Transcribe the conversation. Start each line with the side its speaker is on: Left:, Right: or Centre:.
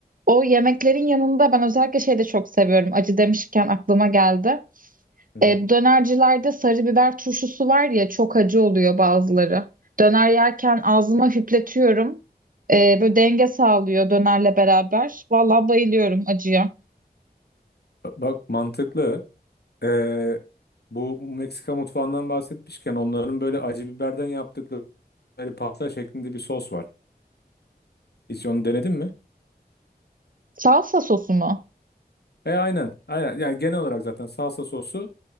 Right: O yemeklerin yanında ben özellikle şey de çok seviyorum. Acı demişken aklıma geldi.
Left: Hı
Right: E,
Left: hı.
Right: dönercilerde sarı biber turşusu var ya çok acı oluyor bazıları. Döner yerken ağzıma hüpletiyorum. E, böyle denge sağlıyor dönerle beraber. Vallahi bayılıyorum acıya.
Left: Bak mantıklı. Ee, bu Meksika mutfağından bahsetmişken onların böyle acı biberden yaptıkları böyle pasta şeklinde bir sos var. Hiç onu denedin mi?
Right: Salsa sosu mu?
Left: E aynen. Aynen. Yani genel olarak zaten salsa sosu